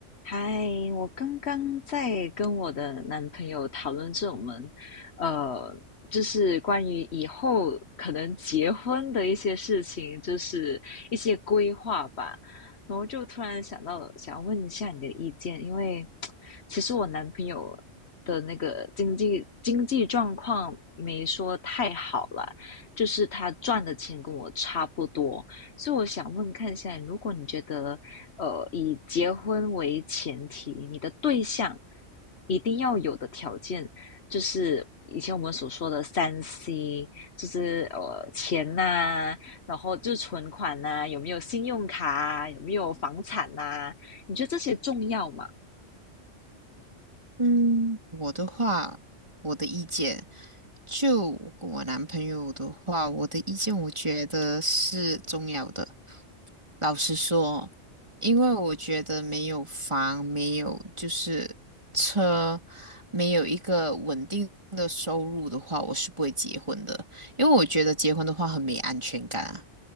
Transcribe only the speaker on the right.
嗯，我的话，我的意见，就我跟我男朋友的话，我的意见我觉得是重要的。老实说，因为我觉得没有房，没有就是车，没有一个稳定的收入的话，我是不会结婚的。因为我觉得结婚的话很没安全感啊，